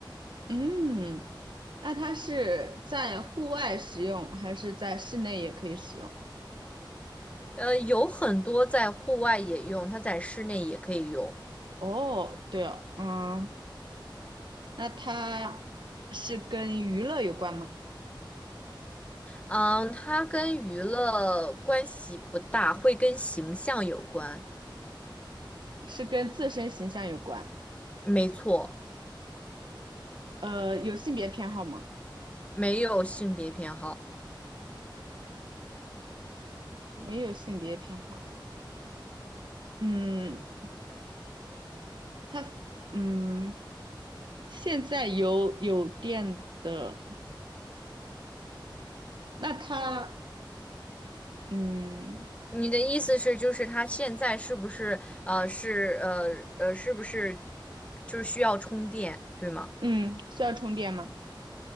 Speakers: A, on the right; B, on the left.
A: 嗯，那它是在户外使用，还是在室内也可以使用？
B: 呃，有很多在户外也用，它在室内也可以用。
A: 哦，对哦，嗯，那它是跟娱乐有关吗？
B: 嗯，它跟娱乐关系不大，会跟形象有关。
A: 是跟自身形象有关？
B: 没错，
A: 呃，有性别偏好吗？
B: 没有性别偏好。
A: 没有性别偏好。嗯，它，嗯，现在有有电的，那它。嗯
B: 你的意思是，就是它现在是不是呃是呃呃是不是就是需要充电，对吗？
A: 嗯，需要充电吗？